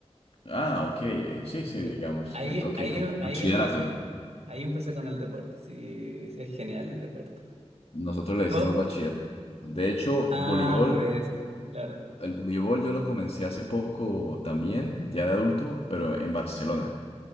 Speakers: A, on the left; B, on the right.
A: Ah, ok, eh, sí, sí,
B: Sí.
A: digamos.
B: Ahí,
A: eh, ok,
B: ahí,
A: como bachillerato.
B: ahí empecé con, ahí empecé con el deporte. Sí, sí, es genial el deporte.
A: Nosotros le decimos
B: To-
A: bachillerato. De hecho,
B: ah,
A: voleibol,
B: por eso, claro.
A: el voleibol yo lo comencé hace poco también, ya de adulto, pero en Barcelona.